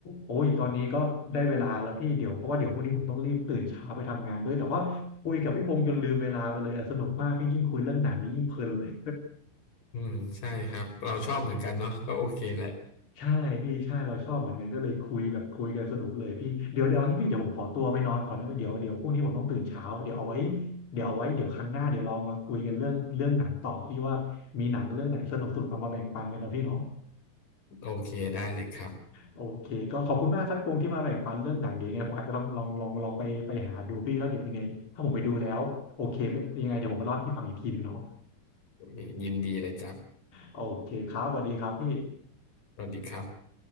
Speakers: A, on the left (about 35°); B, on the left (about 60°).
A: โอ้ยตอนนี้ก็ได้เวลาแล้วพี่เดี๋ยวเพราะว่าเดี๋ยวพรุ่งนี้ผมต้องรีบตื่นเช้าไปทำงานด้วยแต่ว่าคุยกับพี่พงศ์จนลืมเวลาไปเลยอะสนุกมากพี่ยิ่งคุยเรื่องหนังนี่ยิ่งเพลินเลย
B: อืมใช่ครับเราชอบเหมือนกันเนาะก็โอเคแหละ
A: ใช่พี่ใช่เราชอบเหมือนกันก็เลยคุยแบบคุยกันสนุกเลยพี่เดี๋ยวเดี๋ยวเอางี้พี่เดี๋ยวผมขอตัวไปนอนก่อนนะเดี๋ยวเดี๋ยวพรุ่งนี้ผมต้องตื่นเช้าเดี๋ยวเอาไว้เดี๋ยวเอาไว้เดี๋ยวครั้งหน้าเดี๋ยวเรามาคุยกันเรื่องเรื่องหนังต่อพี่ว่ามีหนังเรื่องไหนสนุกสนุกเอามาแบ่งปันกันนะพี่เนาะ
B: โอเคได้เลยครับ
A: โอเคก็ขอบคุณมากครับพี่พงษ์ที่มาแบ่งปันเรื่องหนังเดี๋ยวยังไงผมอาจจะลองลองลองลองไปไปหาดูพี่แล้วเดี๋ยวยังไงถ้าผมไปดูแล้วโอเคไม่ยังไงเดี๋ยวผมมาเล่าให้พี่ฟังอีกทีนึงเนาะ
B: โอเคยินดีเลยจับ
A: โอเคครับสวัสดีครับพี่
B: สวัสดีครับ